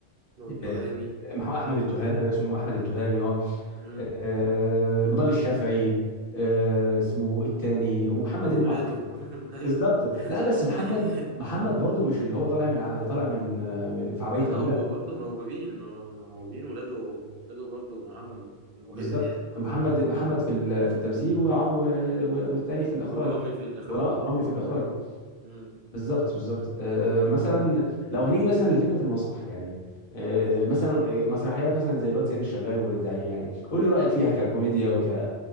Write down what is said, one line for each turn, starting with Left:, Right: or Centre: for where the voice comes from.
Right: والتهامي
Left: آه، مح- احمد التهامي اسمه احمد التهامي اه
Right: أمم،
Left: آه، نضال الشافعي آه، اسمه إيه التاني ومحمد
Right: وولاده
Left: ابنه على فكره
Right: <laughs> ايوه
Left: بالظبط لا بس محمد
Right: <laughs>
Left: محمد برضه مش اللي هو طالع من ع- طالع من آه، من- في عباية
Right: لا
Left: ابوه
Right: هو
Left: لا
Right: برضه موهوبين مو- موهوبين ولاده ولاده برضه معاهم موهبة
Left: بالظبط
Right: يعني إن هما
Left: محمد
Right: يطلعوا
Left: محمد في ال- في التمثيل وع- و- و- والتاني في الاخراج
Right: ورامي في الإخراج
Left: ورا-
Right: أه
Left: ورامي في الاخراج
Right: مم.
Left: بالظبط بالظبط آه، مثلا
Right: مم.
Left: لو هنيجي مثلا لفكره المسرح يعني آه، مثلا مسرحيات مثلا زي الواد سيد الشغال والزعيم يعني قول لي رايك فيها ككوميديا وك <laughs>